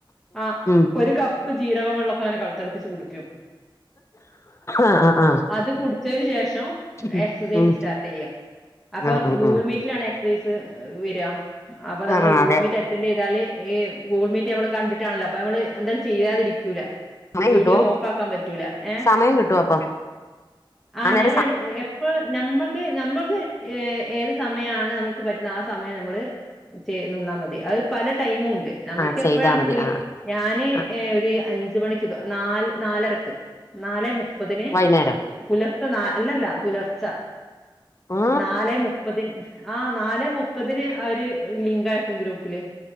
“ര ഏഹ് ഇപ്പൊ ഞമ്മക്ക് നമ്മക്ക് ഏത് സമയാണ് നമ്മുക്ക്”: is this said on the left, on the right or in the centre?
Centre